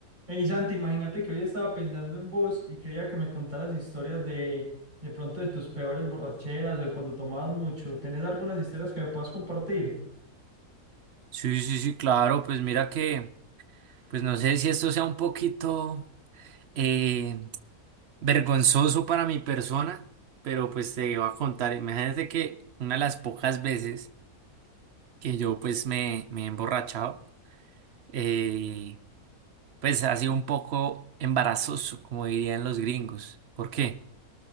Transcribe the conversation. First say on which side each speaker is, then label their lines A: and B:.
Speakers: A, on the right; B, on the right.
A: Hey Santi, imagínate que hoy estaba pensando en vos y quería que me contaras historias de, de pronto de tus peores borracheras o de cuando tomabas mucho. ¿Tenés algunas historias que me puedas compartir?
B: Sí, sí, sí, claro, pues mira que, pues no sé si esto sea un poquito eh, vergonzoso para mi persona, pero pues te iba a contar, imagínate que una de las pocas veces que yo pues me, me he emborrachado, eh, pues ha sido un poco embarazoso, como dirían los gringos. ¿Por qué?